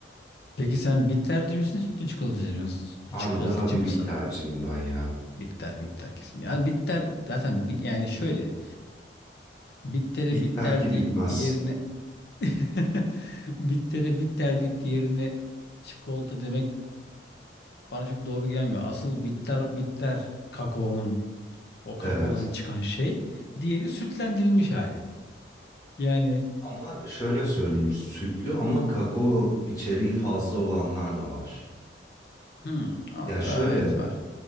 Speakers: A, on the left; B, on the left.
A: Peki sen bitterci misin, sütlü çikolatacı mısın? Sütlü
B: Abi
A: çikolatacı
B: daha bir
A: mısın?
B: bit tercihim ben ya.
A: Bitter, bitter kesin. Yani bitter zaten bi- yani şöyle bittere
B: Bitler
A: bitter
B: ki
A: deyip
B: bitmez.
A: diğerine <laughs> bittere bitter deyip diğerine çikolata demek bana çok doğru gelmiyor. Asıl bitter bitter kakaonun o kakaodan
B: Evet.
A: çıkan şey. Diğeri sütlendirilmiş hali. Yani
B: Ama şöyle söyleyeyim, sütlü ama kakao içeriği fazla olanlar da var.
A: hmm, anla-
B: Ya şöyle
A: Aa, evet var.